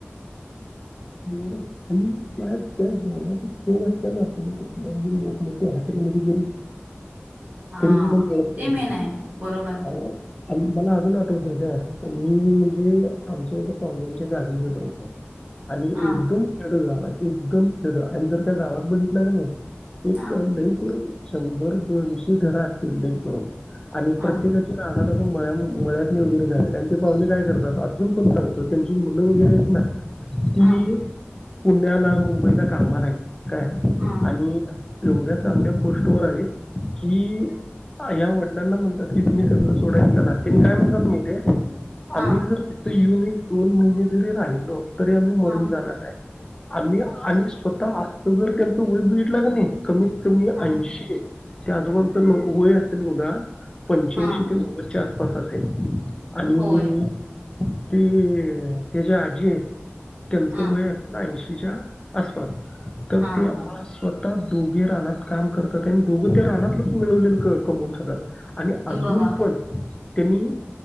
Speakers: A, on the left; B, on the right.
A: <unintelligible> आणि त्या त्या जेवणाचे फो असताना पुढे कुठल्या मोठमोठ्या हॉटेलमध्ये
B: हा
A: तरी सुद्धा मिळत
B: ते
A: नाही
B: मेन आहे, बरोबर आहे.
A: अहो मला अजून आठवतय काय मी म्हणजे आमच्या इथ पाहुण्यांच्या गावी गेलो होतो. आणि
B: हा
A: एकदम खेड गाव आहे एकदम खेड आणि जर त्या गावात बघितला का नाही एक
B: हा
A: लई करून शंभर दोनशे घर असतील लइ करून आणि
B: हा
A: प्रत्येका च्या, राह त असं मळ्या मळ्यातनी वगैरे झालं त्यांचे पाहुणे काय करतात अजून पण सांगतो त्यांची मुलं वगैरे आहेत ना, ती
B: हा
A: पुण्याला मुंबईला कामाला आहेत काय
B: हा
A: आणि, एवढ्या चांगढ्या पोस्ट वर आहेत कि, ह या्या वडिंना म्हणतात की तुम्ही सगळं सोडायंला त्यां काय म्हणतात मी ते
B: हा
A: आम्ही जर तिथे येऊन एक दोन महिने जरी राहिलो तरी आम्ही मरून
B: हा
A: जाणार आहे आम्ही आणि स्वतः आत जर त्यांच वय बट लाग नाही कमीत कमी
B: हा
A: ऐंशी त्या आजोबांच वय असल बघा पंच्याऐंशी
B: हा
A: ते नव्वदच्या आसपास असेल आणि
B: होय
A: ती त्याच्या, आहेत त्यांचं
B: हा
A: वय आता ऐंशीच्या आसपास तर
B: हा
A: ते, स्वतः दोघे रानात काम करतात आणि दोघं त्या रानातलंच मिळवलेलं कमवून खातात. आणि अजून
B: बघा
A: पण त्यांनी